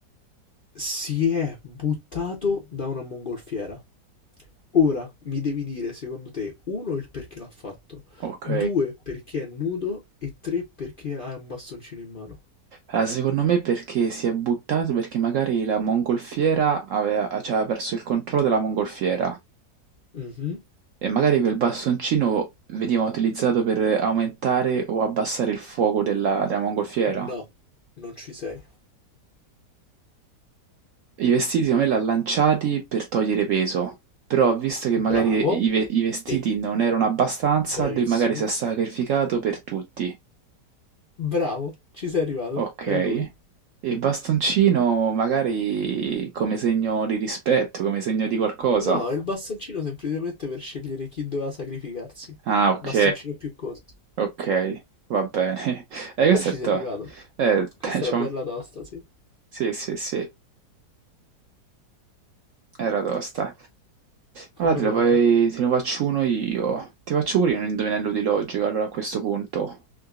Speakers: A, on the left; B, on the right.
A: si è buttato da una mongolfiera. Ora mi devi dire, secondo te, uno, il perché l'ha fatto,
B: ok.
A: due, perché è nudo e tre, perché ha un bastoncino in mano.
B: Ah, secondo me perché si è buttato perché magari la mongolfiera aveva, cioè, aveva perso il controllo della mongolfiera
A: Mhm.
B: e magari quel bastoncino veniva utilizzato per aumentare o abbassare il fuoco della, della mongolfiera.
A: No, non ci sei.
B: I vestiti secondo me l'ha lanciati per togliere peso, però visto che
A: Bravo.
B: magari i, ve- i vestiti
A: E
B: non erano abbastanza,
A: bravissimo.
B: lui magari si è sacrificato per tutti.
A: Bravo, ci sei arrivato.
B: Ok.
A: È
B: E
A: lui.
B: il bastoncino magari come segno di rispetto, come segno di qualcosa.
A: No, è il bastoncino semplicemente per scegliere chi doveva sacrificarsi.
B: Ah, ok,
A: Bastoncino più corto.
B: ok, va bene. <laughs> Eh, questo
A: Però ci
B: è
A: sei
B: to-
A: arrivato.
B: eh,
A: Questa
B: <laughs> diciamo,
A: è una bella tosta, sì.
B: sì, sì, sì. Era tosta.
A: Fammene
B: Allora te lo,
A: uno
B: vai-
A: tu.
B: te ne faccio uno io. Ti faccio pure io un indovinello di logica, allora a questo punto.